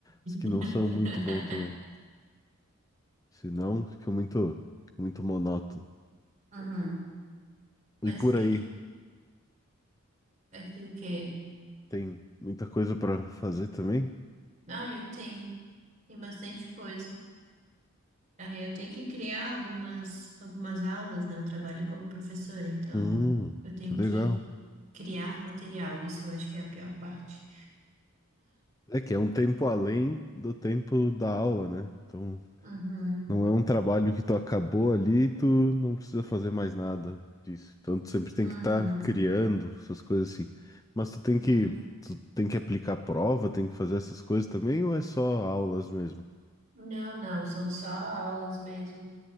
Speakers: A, on the left; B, on the right.
A: as
B: <laughs>
A: que não são muito bom também. Senão fica muito, muito monótono.
B: Uhum. Mas
A: E por
B: o que
A: aí,
B: que aqui o quê?
A: tem muita coisa para fazer também?
B: Ah, eu tenho, tem bastante coisa. Aí eu tenho que criar algumas algumas aulas, né? Eu trabalho como professora, então
A: Hum,
B: eu tenho
A: que legal.
B: que criar material. Isso eu acho que é a pior parte.
A: É que é um tempo além do tempo da aula, né? Então,
B: Uhum,
A: não é um trabalho que tu acabou ali, e tu não precisa fazer mais nada disso. Então, tu sempre tem
B: uhum.
A: que estar criando essas coisas assim. Mas tu tem
B: Hum.
A: que, tu tem que aplicar prova, tem que fazer essas coisas também, ou é só aulas mesmo?
B: Não, não, são só aulas mesmo.